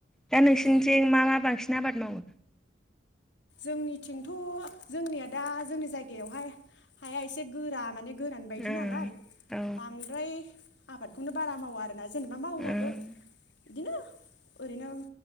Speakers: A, in the centre; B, on the left.
A: दा नोंसिनिथिं
B: औ
A: मा मा बांसिन आबाद मावो?
B: जोंनिथिंथ' जोंनिया दा जोंनि जायगायावहाय हाया एसे गोरा माने गोरान बायदि
A: ओं
B: नालाय
A: औ
B: बांद्राय आबादखौनो बारा मावा आरो ना जेनेबा मावोबाबो
A: ओं
B: बिदिनो ओरैनो